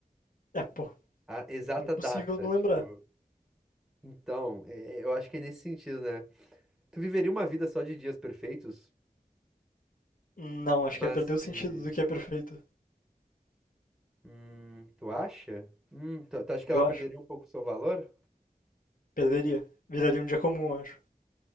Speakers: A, on the left; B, in the centre.
A: É, pô,
B: a exata
A: impossível
B: data,
A: não lembrar.
B: tipo... Então, é, eu acho que é nesse sentido, né? Tu viveria uma vida só de dias perfeitos,
A: Não, acho
B: mas
A: que é perder o sentido
B: que...
A: do que é perfeito.
B: Hum, tu acha? Hum, tu, tu acha que
A: Eu
B: ela perderia
A: acho.
B: um pouco o seu valor?
A: Perderia. Viraria um dia comum, eu acho.